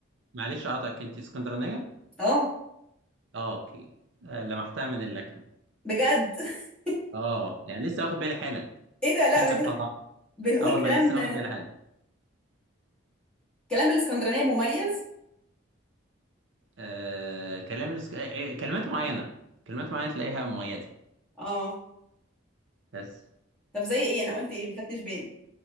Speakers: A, on the right; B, in the centre.
A: معلش أقطعك أنت اسكندرانية؟
B: اه
A: أه أوكي آه، لمحتها من اللكنة
B: بجد <laughs>
A: أه يعني لسه واخد بالي حالا
B: ايه ده لا
A: كلمة
B: بنقول
A: طلاق
B: بنقول
A: أه والله
B: كلام
A: لسه واخد بالي حالا
B: كلام الاسكندرانيه مميز
A: آه، كلام الاسك... آه، آه، كلمات معينة كلمات معينة تلاقيها مميزة
B: اه
A: بس
B: طب زي ايه انا قلت ايه ما خدتش بالي